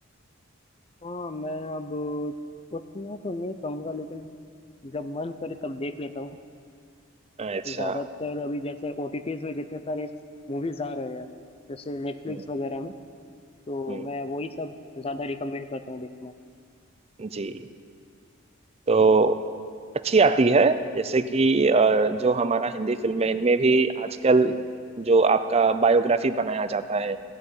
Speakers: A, on the left; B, on the right.
A: हाँ मैं अब उतना तो नहीं कहूँगा लेकिन जब मन करे तब देख लेता हूँ
B: अच्छा
A: ज्यादातर अभी जैसे ओटीटीज में जितने सारे मूवीज आ रहे हैं जैसे नेटफ्लिक्स
B: हम्म
A: वगैरह में तो
B: हम्म
A: मैं वही सब ज्यादा रिकमेंड करता हूँ देखना
B: जी तो अच्छी आती है जैसे कि अ, जो हमारा हिंदी फिल्म है इनमें भी आजकल जो आपका बायोग्राफी बनाया जाता है